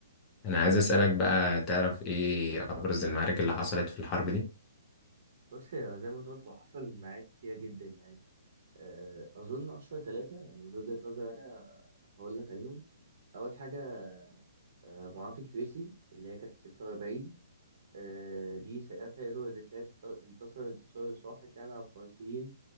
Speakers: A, on the left; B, on the right.
A: أنا عايز أسألك بقى تعرف إيه أبرز المعارك اللي حصلت في الحرب دي؟
B: بص يا زي ما انت قلت هو حصل معاك كتير جدا يعني آه، أظن أشهر ثلاثة يعني من وجهة نظري أنا هقول لك عليهم أول حاجة آه، معركة كريسي اللي هي كانت ستة وأربعين آه، دي ساعتها إدوارد التالت انت- انتصر انتصار ساحق يعني على الفرنسيين